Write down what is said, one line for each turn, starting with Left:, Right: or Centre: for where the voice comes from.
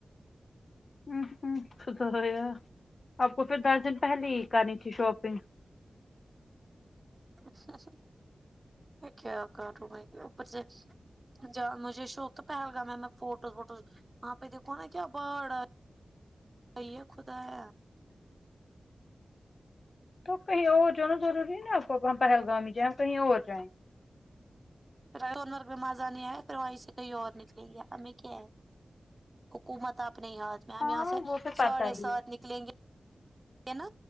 Left: ہ ہ <unintelligible> ہو آپ کو پھر دس دن پہلے ہی کرنی تھی شاپنگ
Right: اچھا میں کیا کروں میں اوپر سے ج مجھے شوق تھا پہلگام میں میں فوٹوز ووٹوز وہاں پہ دیکھو نا کیا باڑ آ <inaudible> ہے خدایا
Left: تو کہیں اور جانا ضروری نا آپ کو اپنا پہل گام جائیں کہیں اور جائیں گے
Right: پھر مر میں مزہ نہیں آیا پھر وہیں سے کہیں اور نکلیں گے ہمیں کیا ہے حکومت آپنے ہاتھ میں ہم
Left: ہاں
Right: یہاں سے
Left: وہ تو پتا
Right: ساڑھے سات
Left: ہی ہے
Right: نکلیں گے ہے نا